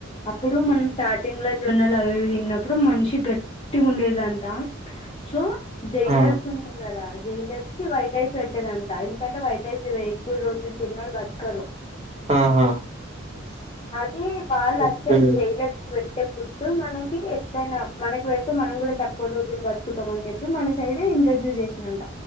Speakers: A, on the left (about 30°); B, on the right (about 30°).
A: అప్పుడు మనం స్టార్టింగ్ లో జొన్నలు అవి తిన్నప్పుడు మనిషి గట్టి గట్టిగా ఉండేదంట సో జైలర్స్
B: ఆ
A: ఉంటారు కదా జైలర్స్ కి వైట్ రైస్ పెట్టేదంటా ఎందుకంటే వైట్ రైస్ ఎక్కువ రోజులు తిన్నోళ్లు బతుకుతారు బతుకుతారు
B: ఆహా
A: అది వాళ్ళు
B: ఓకే
A: అచ్చంగా జైలర్స్ కి పెట్టే అంటే ఫుడ్ మనకి ఎట్లైన మనకి వెళ్తే మనం కూడా తక్కువ రోజులు బతుకుతామని చెప్పి మన సైడ్ ఇంట్రడ్యూస్ చేసిరంట